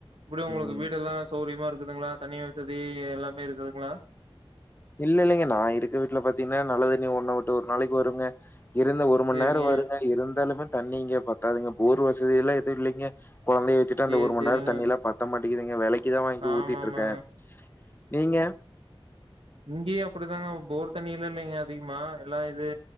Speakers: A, on the right; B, on the left.
A: எப்படி உங்களுக்கு
B: ம்
A: வீடெல்லா சௌரியமா இருக்குதுங்ளா தண்ணி வசதி எல்லாமே இருக்குதுங்களா
B: இல்ல இல்லைங்க நா இருக்க வீட்ல பாத்திங்கன்னா நல்ல தண்ணி ஒரு நா விட்டு ஒரு நாளைக்கு வருங்க இருந்த ஒரு மண்
A: சேரிங்க
B: நேர வருங்க இருந்தாலுமே தண்ணி இங்க பத்தாதுங்க போர் வசதி எல்லா எது இல்லைங்க கொழந்தைய வெச் சுட்டு அந்த
A: சேரி
B: ஒரு மண்
A: சேரிங்க
B: நேர தண்ணிலா பத்த மாட்டிங்குதுங்க வெலைக்குதா வாங்கி
A: ஆமா
B: ஊத்திட்ருக்கே
A: ஆமாங்க
B: நீங்க
A: இங்கயு அப்படிதாங்க போர் தண்ணிலா இல்லைங்க அதிகமா எல்லா இது